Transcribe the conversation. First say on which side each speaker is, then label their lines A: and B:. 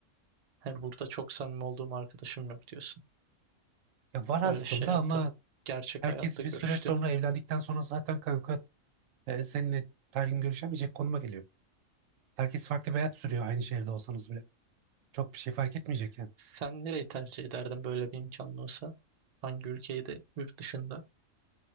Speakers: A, on the right; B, on the right.
A: Hani burada çok samimi olduğum arkadaşım yok diyorsun.
B: Ya var aslında
A: Öyle şey yaptım.
B: ama
A: Gerçek
B: herkes
A: hayatta görüştüm.
B: bir süre sonra evlendikten sonra zaten kanka e, seninle her gün görüşemeyecek konuma geliyor. Herkes farklı bir hayat sürüyor aynı şehirde olsanız bile. Çok bir şey fark etmeyecek yani.
A: Sen nereyi tercih ederdin böyle bir imkanın olsa? Hangi ülkeyi de yurt dışında?